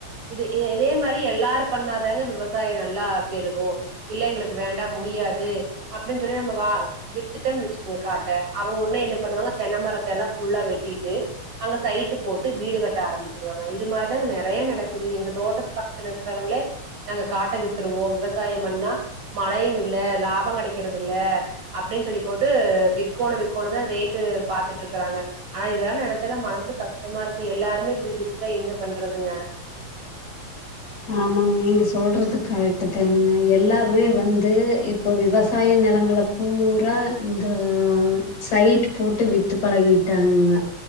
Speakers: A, on the right; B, on the left.
A: இது இத இதே மாரி எல்லாரும் பண்ணாதாங்க விவசாயம் நல்லா பெருகு இல்ல எங்களுக்கு வேண்டா முடியாது அப்டின்னு சொல்லி நம்ம வா வித்துட்டம் வச்சுக்கோங்க காட்ட அவங்க ஒன்னு என்ன பண்ணுவாங்க தென்ன மரத்த எல்லா ஃபுல்லா வெட்டிட்டு அங்க சைட்டு போட்டு வீடு கட்ட ஆரம்பிச்சிருவாங்க இது மாரிதாங்க நறைய நடக்குது எங்க தோட்ட பக்கத்துல இருக்கிறவுங்ளே நாங்க கட்ட வித்துருவோ விவசாயம் பண்ணா மழையும் இல்ல லாபம் கடைக்கிறது இல்ல அப்டின்னு சொல்லி போட்டு விக்கோனு விக்கோனுதா ரேட்டு பாத்துட்டு இருக்கறாங்க ஆனா இதெல்லா நனைச்சாதா மனசு கஷ்டமா இருக்கு எல்லாருமே இப்படி வித்துட்டா என்ன பண்றதுங்க
B: ஆமாங்க நீங்க சொல்றது கரெட்டுத்தானுங்க எல்லாமே வந்து இப்போ விவசாய நெலங்கள பூரா இந்த சைட் போட்டு வித்து பழகிட்டாங்கங்க